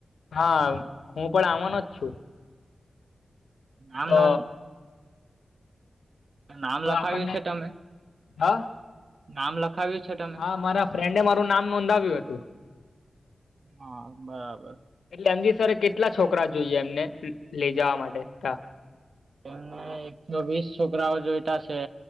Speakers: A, on the left; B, on the right.
A: હા હું પણ આવાનો જ છું.
B: આમનો
A: તો
B: નામ
A: તો
B: લખાવ્યું
A: આપણને
B: છે તમે?
A: હા
B: નામ લખાવ્યું છે. તમે?
A: હા મારા ફ્રેન્ડે મારું નામ નોંધાવ્યું હતું.
B: હા બરાબર.
A: એટલે એમજી સર કેટલા છોકરા જોઈએ એમને લેઈ જવા માટે તા?
B: એમને એકસો વીસ છોકરાઓ જોઈતા છે.